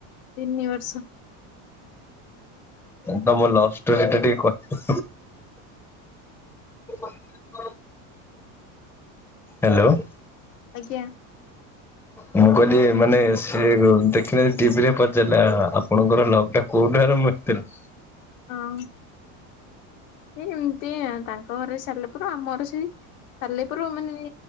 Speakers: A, on the left; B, in the centre.
A: ତିନି ବର୍ଷ।
B: ତମ ଲଭ ଷ୍ଟୋରି ଟା ଟିକେ କହିବ <unintelligible> ହ୍ୟାଲୋ।
A: ଆଜ୍ଞା।
B: ମୁଁ କହିଲି ମାନେ ସେ ଗ ଦେଖିଲେ ଟିଭିରେ ପଚାରିଲା ଆପଣଙ୍କର ଲଭ ଟା କୋଉଠୁ ଆରମ୍ଭ ହେଇଥିଲା।
A: ହଁ। ସେ ଏମିତି ତାଙ୍କ ଘରେ ସାରିଲା ପରେ ଆମର ସେଇ ସାଲେପୁର ମାନେ